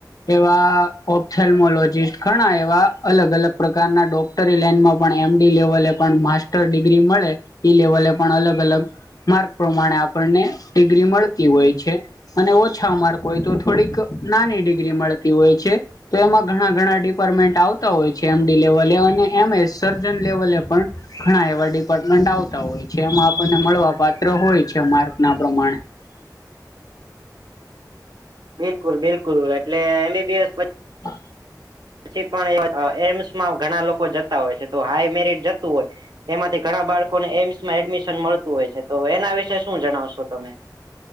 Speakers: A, on the left (about 55°); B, on the right (about 70°).
A: એવા ઓપથેમોલોજીિસ્ટ ઘણા એવા અલગ અલગ પ્રકારના ડોક કરી લનમાં પણ એમડી લેવલે પણ માસ્ટર ડિગ્રી મળે ઈ લેવલે પણ અલગ અલગ માર્ક પ્રમાણે આપણને ડિગ્રી મળતી હોય છે. અને ઓછા માર્ક હોય તો થોડીક નાની ડિગ્રી મળતી હોય છે. તો એમાં ઘણા ઘણા ડિપાર્ટમેન્ટ આવતા હોય છે એમડી લેવલે અને એમ એ સર્જન લેવલે પણ ઘણા એવા ડિપાર્ટમેન્ટ આવતા હોય છે એમાં આપણને મળવા પાત્ર હોય છે માર્ક ના પ્રમાણે
B: બિલકુલ બિલકુલ એટલે એમબીબીએસ પછી
A: હ
B: પછી પણ એમ્સમાં ઘણા લોકો જતા હોય છે તો હાઈ મેરિટ જતું હોય. એમાંથી ઘણા બાળકોને એઈમ્સમાં એડમિશન મળતું હોય છે તો એના વિશે શું જણાવશો તમે